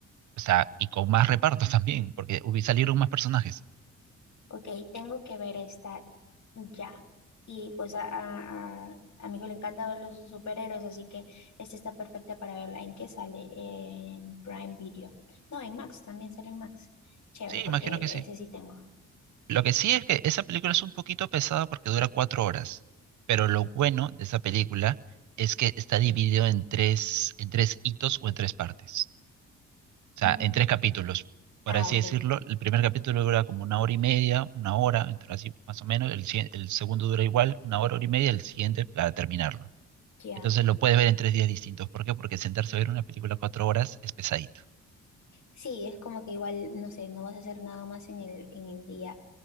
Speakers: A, on the right; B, on the left.
A: O sea, y con más repartos <laughs> también, porque hubi- salieron más personajes.
B: ok, tengo que ver esta ya. Y pues a, a, a- a mi hijo le encanta ver los superhéroes, así que esta está perfecta para verla. ¿En qué sale? En Prime Video. No, en Max, también sale en Max. Chévere,
A: Sí,
B: porque
A: imagino que sí.
B: ese sí tengo.
A: Lo que sí es que esa película es un poquito pesada porque dura cuatro horas. Pero lo bueno de esa película es que está dividido en tres, en tres hitos o en tres partes. O
B: Mm,
A: sea, en tres capítulos, por
B: ah,
A: así
B: ok,
A: decirlo. El primer capítulo dura como una hora y media, una hora, entre así más o menos. El, si- el segundo dura igual, una hora, hora y media, el siguiente para terminarlo.
B: ya.
A: Entonces lo puedes ver en tres días distintos. ¿Por qué? Porque sentarse a ver una película cuatro horas es pesadito.
B: Sí, es como que igual, no sé, no vas a hacer nada más en el, en el día.